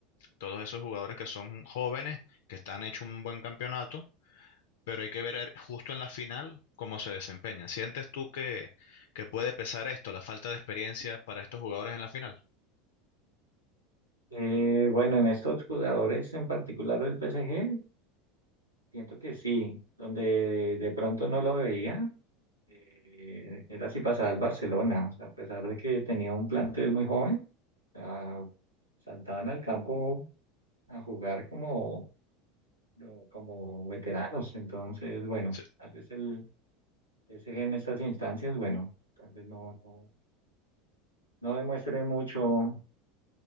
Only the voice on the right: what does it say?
Eh, bueno, en estos jugadores en particular del PSG, siento que sí, donde de, de pronto no lo veía, eh, era si pasaba al Barcelona, o sea, a pesar de que tenía un plantel muy joven, o sea, saltaban al campo a jugar como, no, como veteranos, entonces, bueno,
tal vez el PSG en estas instancias, bueno, tal vez no, no, no demuestre mucho